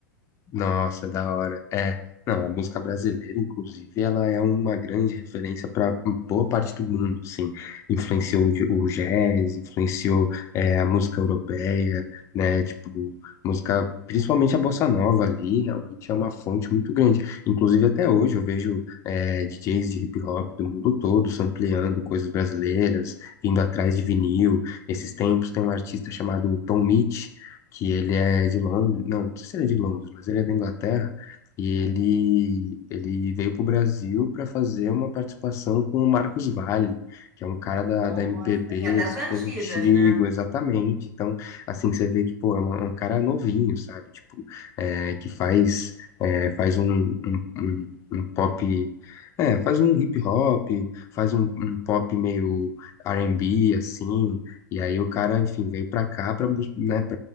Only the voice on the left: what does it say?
Nossa, da hora. É, não, a música brasileira, inclusive, ela é uma grande referência para boa parte do mundo, assim. Influenciou o j- o jazz, influenciou é, a música europeia, né? Tipo, música, principalmente a bossa nova ali, realmente é uma fonte muito grande. Inclusive, até hoje eu vejo é, DJs de hip hop do mundo todo sampleando coisas brasileiras, vindo atrás de vinil. Esses tempos tem um artista chamado Tom Mitch que ele é de Londres, não, não sei se ele é de Londres, mas ele é da Inglaterra, e ele, ele veio para o Brasil para fazer uma participação com o Marcos Valle, que é um cara da,
da MPB
super
antigo,
exatamente. Então, assim, você vê que, pô, é uma- um cara novinho, sabe? Tipo, é, que faz, é, faz um, um, um- um pop. É, faz um hip hop, faz um, um pop meio R&B, assim, e aí o cara, enfim, veio pra cá pra, bus- né,